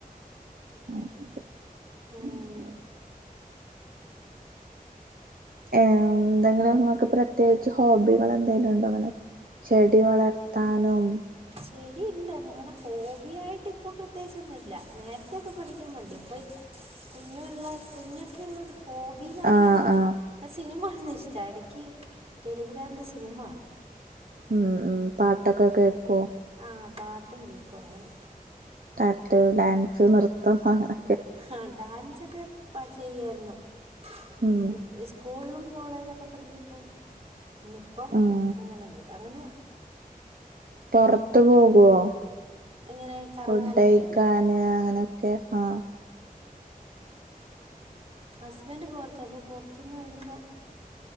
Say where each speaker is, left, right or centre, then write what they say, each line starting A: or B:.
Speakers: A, on the right (about 70°); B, on the right (about 45°).
A: <unintelligible>
B: ഉം
A: എന്തെങ്കിലുംങ്ങക്ക് പ്രത്യേകിച്ച് ഹോബികൾ എന്തെങ്കലുംണ്ടോ ഇങ്ങനെ ചെടി വളർത്താനും
B: ചെടിണ്ട് അങ്ങനെ ഹോബിയായി ട്ട് ഇപ്പൊ പ്രത്യേകിച്ചൊന്നുല്ല നേരത്തൊക്കെ പഠിക്കുമ്പണ്ട് ഇപ്പ കുഞ്ഞുള്ള കുഞ്ഞൊക്കെ ഉള്ള ഹോബിന്ന് പറഞാലെനിക്
A: ആഹ് ആഹ്
B: ഇല്ല സിനിമ ഇഷ്ട്ടാ ഇടക്ക് ടെലിഗ്രാമിൽ സിനിമകാണും
A: ഉം ഉം പാട്ടൊക്കെ കേൾക്കോ
B: ആ പാട്ടും കേക്കും അങ്ങനെ
A: നട്ട് ഡാൻസ് നൃത്തം അങ്ങനെ
B: ആ ഡാൻസ് ഒക്കെ പാട്ട് ചെയ്യുവായിരുന്നു
A: ഉം
B: പിന്നെ സ്കൂളിലും കോളേജിലൊക്കെ പഠിക്കുമ്പം പിന്നെ ഇപ്പം
A: ഉം
B: അങ്ങനെയൊന്നുമില്ല അങ്ങനെ
A: പുറത്ത് പോകുവോ
B: എങ്ങനെ കറങ്ങാനൊക്കെയോ
A: ഫുഡഴിക്കാന് അങ്ങനെ ആ
B: ഹസ്ബന്റ് പൊറത്ത അപ്പൊ പുറത്തുന്ന് വരുമ്പോ